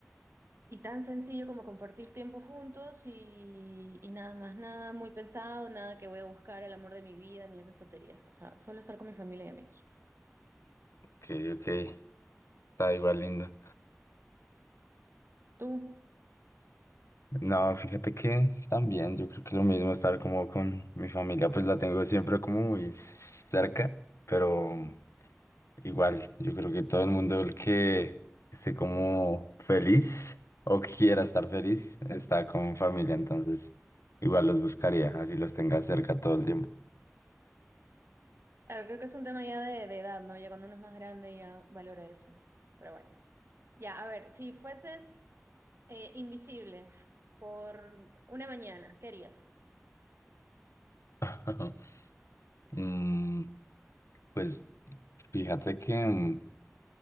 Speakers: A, on the right (about 60°); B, on the left (about 85°).
A: Y tan sencillo como compartir tiempo juntos y, y nada más, nada muy pensado, nada que voy a buscar al amor de mi vida ni esas tonterías. O sea, solo estar con mi familia y amigos.
B: Ok, ok. Está igual lindo.
A: Tú,
B: No, fíjate que también yo creo que lo mismo estar como con mi familia, pues la tengo siempre como muy cerca, pero Igual, yo creo que todo el mundo el que esté como feliz o quiera estar feliz está con familia, entonces igual los buscaría, así los tenga cerca todo el tiempo.
A: a ver, creo que es un tema ya de, de edad, ¿no? Ya cuando uno es más grande ya valora eso. Pero bueno, ya, a ver, si fueses eh, invisible por una mañana, ¿qué harías?
B: <laughs> Mm, pues fíjate que mm,